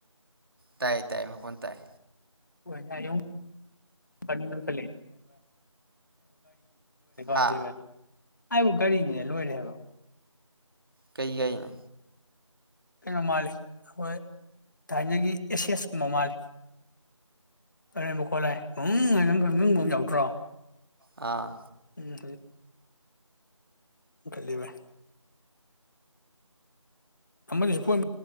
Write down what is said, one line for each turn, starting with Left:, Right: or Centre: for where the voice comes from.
Right: ꯇꯥꯏ ꯇꯥꯏꯌꯦ ꯃꯈ ꯇꯥꯏ
Left: ꯍꯅꯤ ꯏꯅꯦꯀꯣ
Right: ꯍꯥ
Left: ꯑꯖ ꯄꯔꯦ ꯑꯩꯕꯨ ꯒꯥꯔꯤꯅꯤꯅꯦ ꯂꯣꯏꯔꯦꯕ
Right: ꯀꯩ ꯑꯅꯣ
Left: ꯀꯩꯅꯣ ꯃꯥꯜꯂꯤ ꯑꯩꯈꯣꯏ ꯊꯥꯏꯅꯒꯤ ꯑꯦꯁꯦꯁꯀꯨꯝꯕ ꯃꯥꯜꯂꯤ ꯑꯔꯦꯝꯕ ꯈꯣꯠꯂꯪ ꯈꯪꯪꯒꯨꯝ ꯌꯥꯎꯗ꯭ꯔꯣ
Right: ꯑ
Left: ꯎꯝꯦ ꯈꯕ ꯑꯃꯗꯨꯁꯨ ꯐꯣꯟ